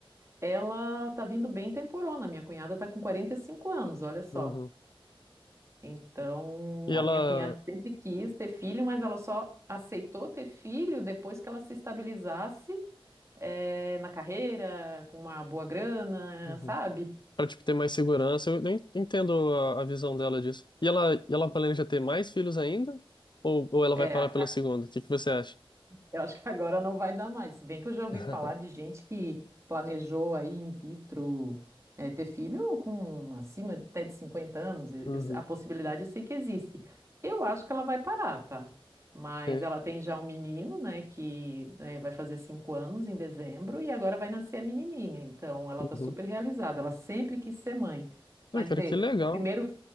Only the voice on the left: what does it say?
Uhum.
E
ela.
Uhum.
Pra, tipo, ter mais segurança, eu nem entendo a, a visão dela disso. E ela, e ela planeja ter mais filhos ainda? Ou, ou ela
vai parar pelo segundo? O que que você acha?
<laughs>
Uhum.
Sim.
Uhum.
Ah, cara,
que legal.